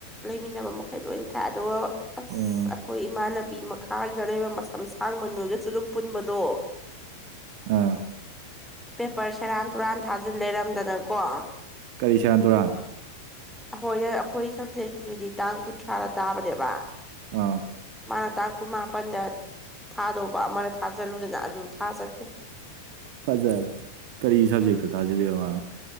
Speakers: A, in the centre; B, on the right.
A: ꯂꯩꯃꯤꯟꯅꯕ ꯃꯈꯩ ꯂꯣꯏ ꯊꯥꯏ ꯑꯗꯨꯒ ꯑꯁ
B: ꯑꯣ
A: ꯑꯩꯈꯣꯏ ꯏꯃꯥꯟꯅꯕ ꯆꯥꯕꯤ ꯃꯈꯥꯒꯤꯗ ꯂꯩꯕ ꯃꯆ ꯁꯥꯡꯕꯅꯣꯏꯒꯁꯨ ꯑꯗꯨꯝ ꯄꯨꯟꯕꯗꯣ
B: ꯑꯥ
A: ꯄꯦꯄꯔ ꯁꯦꯔꯥꯟ ꯇꯨꯔꯥꯟ ꯊꯥꯖꯤꯟ ꯂꯩꯔꯝꯗꯅꯀꯣ
B: ꯀꯔꯤ ꯁꯔꯥꯟ ꯇꯨꯔꯥꯟ
A: ꯑꯩꯈꯣꯏ ꯑꯩꯈꯣꯏ ꯁꯕꯖꯦꯛꯀꯤꯗꯨꯗꯤ ꯇꯥꯡ ꯀꯨꯟꯊ꯭ꯔꯥꯗ ꯇꯥꯕꯅꯦꯕ
B: ꯑꯥ
A: ꯃꯥꯅ ꯇꯥꯡ ꯀꯨꯟ ꯃꯥꯄꯟꯗ ꯊꯥꯗꯧꯕ ꯑꯃꯗ ꯊꯥꯖꯤꯜꯂꯨꯗꯅ ꯑꯗꯨ ꯊꯥꯖꯠꯈꯤꯕ
B: ꯐꯖꯔꯦ ꯀꯔꯤ ꯁꯕꯖꯦꯛꯇꯣ ꯊꯥꯖꯜꯂꯤꯣ ꯑ